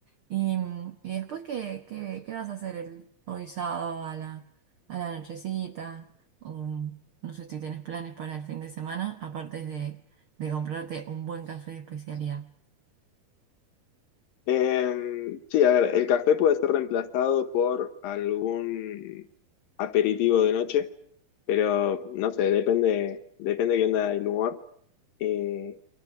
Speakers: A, on the right; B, on the left.
A: Y, mm, y después, ¿qué, qué, qué vas a hacer el, hoy sábado a la, a la nochecita? O, no sé si tienes planes para el fin de semana, aparte de, de comprarte un buen café de especialidad.
B: Em, sí, a ver, el café puede ser reemplazado por algún aperitivo de noche, pero no sé, depende, depende qué onda el humor. Eh,